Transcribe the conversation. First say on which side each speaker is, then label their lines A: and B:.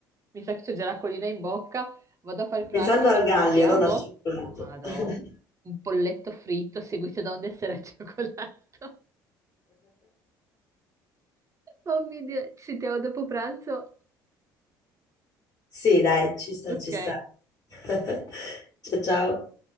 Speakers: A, on the right (about 30°); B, on the left (about 35°).
A: Mi sa che c'è già la colina in bocca. Vado a fare pranzo,
B: Pensando
A: poi
B: al
A: ci
B: gallio,
A: sentiamo.
B: non al cioccolato.
A: Madò.
B: <laughs>
A: Un polletto fritto seguito da un dessert al cioccolato. <laughs> Oh mio Dio, ci sentiamo dopo pranzo.
B: Sì, dai, ci sta,
A: Ok.
B: ci sta. <laughs> Ciao, ciao.